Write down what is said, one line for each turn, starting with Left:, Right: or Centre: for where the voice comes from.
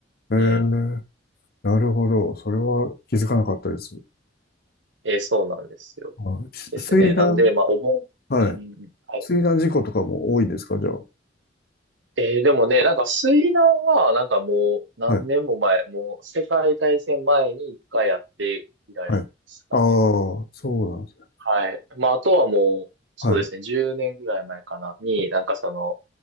Left: えー
Right: うん。
Left: なるほど。それは気づかなかったです。
Right: えーそうなんですよ。
Left: はい、し水難、
Right: ですね。なんで、まあ、お盆、
Left: はい。
Right: うんうんうん。はい。
Left: 水難事故とかも多いですか、じゃあ。
Right: えーでもね、なんか水難は、なんかもう何年も前、
Left: はい。
Right: もう世界大戦前に一回やって以来ですかね。
Left: はい。ああ、そうなんですね。
Right: はい。まあ、あとはもう、そうですね、
Left: はい。
Right: 10年ぐらい前かな、に、なんかその、